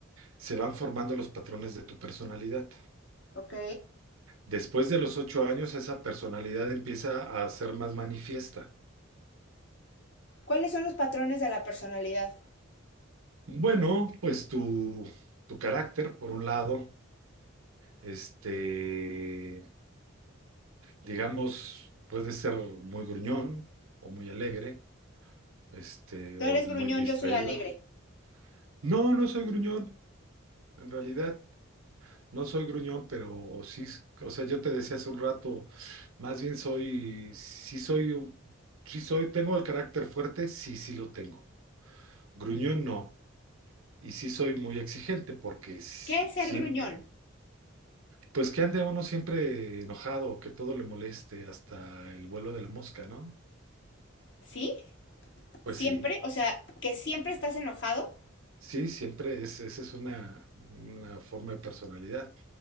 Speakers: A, on the right; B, on the left.
A: se van formando los patrones de tu personalidad.
B: Ok.
A: Después de los ocho años, esa personalidad empieza a ser más manifiesta.
B: ¿Cuáles son los patrones de la personalidad?
A: Bueno, pues tu, tu carácter, por un lado, este, digamos, puede ser muy gruñón o muy alegre, este,
B: Tú
A: o
B: eres
A: muy
B: gruñón,
A: distraído.
B: yo soy alegre.
A: No, no soy gruñón, en realidad, no soy gruñón, pero sí, o sea, yo te decía hace un rato, más bien soy, sí soy, un- sí soy, tengo el carácter fuerte, sí, sí lo tengo. Gruñón no. Y sí soy muy exigente porque s-
B: ¿Qué es ser
A: siempre,
B: gruñón?
A: pues que ande uno siempre enojado o que todo le moleste, hasta el vuelo de la mosca, ¿no?
B: ¿Sí?
A: Pues
B: ¿Siempre?
A: sí,
B: O sea, que siempre estás enojado.
A: sí, siempre es, esa es una, una forma de personalidad.